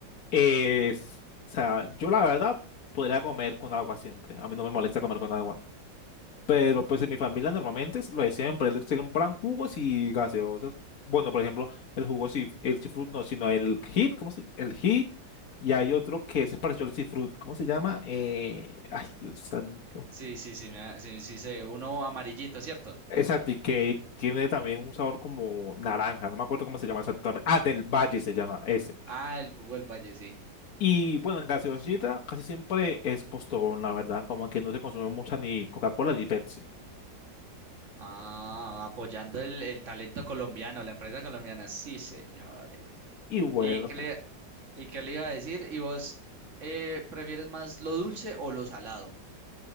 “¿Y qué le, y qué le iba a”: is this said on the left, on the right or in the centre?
Right